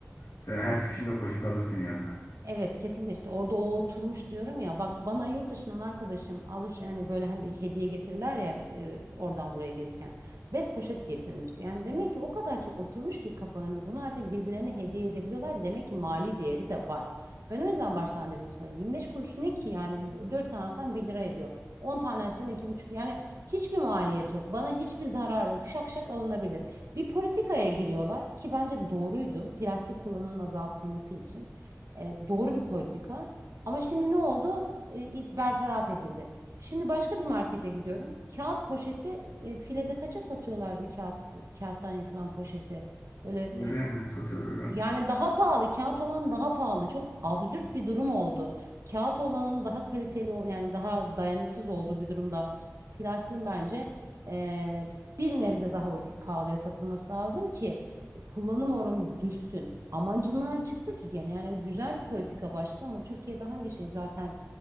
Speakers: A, on the left; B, on the right.
A: Sen her çıkışında poşet alırsın yanına.
B: Evet kesinlikle işte orada o oturmuş diyorum ya bak bana yurt dışından arkadaşım alış hani böyle hani hediye getirirler ya e, oradan buraya gelirken bez poşet getirmişti. Yani demek ki o kadar çok oturmuş ki kafalarında bunu artık birbirlerine hediye edebiliyorlar. Demek ki mali değeri de var. Ben o yüzden baştan dedim ki sana 25 kuruş ne ki yani 4 tane alsan bir lira ediyor. on tane alsan iki buçuk yani hiçbir maliyet yok. Bana hiçbir zarar yok. Şak şak alınabilir. Bir politikaya giriyorlar ki bence doğruydu. Plastik kullanımının azaltılması için. E, doğru bir politika. Ama şimdi ne oldu? E, bertaraf edildi. Şimdi başka bir markete gidiyorum. Kağıt poşeti e, filede kaça satıyorlardı kağıt kağıttan yapılan poşeti? Böyle e,
A: Nereye mı ne satıyorlar herhalde?
B: yani daha pahalı, kağıt olan daha pahalı. Çok absürt bir durum oldu. Kağıt olanın daha kaliteli, ol- yani daha dayanıksız olduğu bir durumda plastiğin bence eee, bir nebze daha ucu- pahalıya satılması lazım ki kullanım oranı düşsün. Amacından çıktı ki gene yani güzel bir politika başladı ama Türkiye'de hangi şey zaten